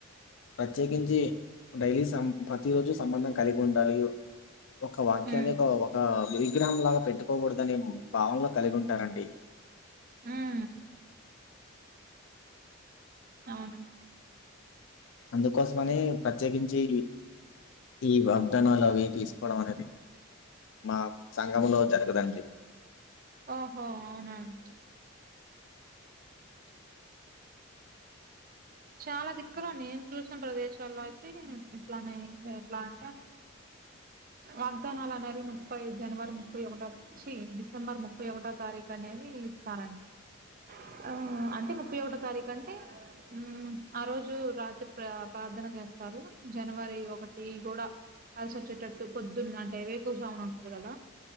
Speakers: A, on the left; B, on the right.
A: ప్రత్యేకించి డైలీ సం ప్రతిరోజు సంబంధం కలిగి ఉండాలి ఒక వాక్యాన్ని
B: హ్మ్
A: ఒక ఒక విగ్రహం లాగా పెట్టుకోకూడదని భావం లో కలిగి ఉంటారండి
B: ఉమ్ అవును
A: అందుకోసమని ప్రత్యేకించి ఈ వాగ్దానాలు అవి తీసుకోవడం అనేది మా సంఘం లో జరగదండి
B: ఓహో అవునాను చాల దిక్కులో నేను చూసిన ప్రదేశాల్లో అయితే ఇట్లనే ఎట్ల అంటె వాగ్దానాలు అనేవి ముప్పై జనవరి ముప్పై ఒకటో చ్చి డిసెంబర్ ముప్పై ఒకటో తారీక్ అనేది ఇస్తారండి ఆ అంటె ముప్పై ఒకటో తారీఖు అంటె ఉమ్ ఆ రోజు రాత్రి ప్ర పార్థన చేస్తారు జనవరి ఒకటి గూడ కలిసి వచ్చేటట్టు పొద్దున్న అంటె వేకువ జామున ఉంటది కద